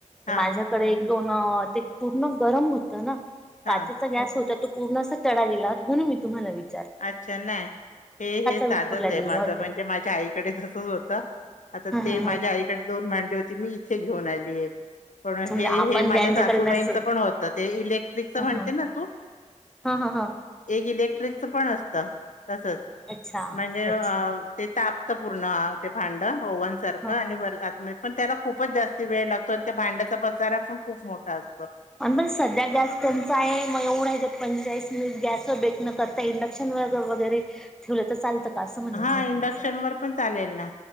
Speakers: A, on the left; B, in the centre.
A: हा
B: माझ्याकडे एक दोन.. ते <unintelligible> मग गरम होतं ना?
A: हा
B: काचेचा गॅस होता तो पूर्ण असा तडा गेला म्हणून मी तुम्हाला विच
A: अच्छा नाही हे -हे साधत
B: विखुरल्या
A: आहे
B: गेल्या
A: माझ
B: होत्या
A: म्हणजे माझ्या आईकडे जसच होत आता
B: हा हा
A: ते
B: हा
A: माझ्या आईकडे दोन भांडी होती मी इथे घेऊन आली एक पण
B: अच्छा
A: हे
B: म्हणजे आपण
A: -हे माझ्या
B: ज्यांच्याकडे
A: सासूबाईंच
B: नसेल
A: पण होत ते इलेक्ट्रिकच म्हणते
B: ह ह
A: ना तू
B: हा हा हा
A: एक इलेक्ट्रिक च पण असत तसच
B: अच्छा
A: म्हणजे
B: अच्छा
A: ताप पूर्ण ते भांड ओवन सारखं
B: हा
A: आणि
B: हा
A: व -पण त्याला खूपच जास्त वेळ लागतो आणि त्या भांड्याचा पसारा पण खूप मोठा त्यात <unintelligible>
B: अ पण <inaudible> सध्या गॅस टंचाई आहे मग एवढायच्या पंचेचाळीस मिनिट गॅस व बेक न करता इंडक्शन व वगैरे ठेवलं तर चालतं का असं म्हणणं
A: हा
B: होतं
A: इंडक्शन
B: माझं
A: वर पण चालेल ना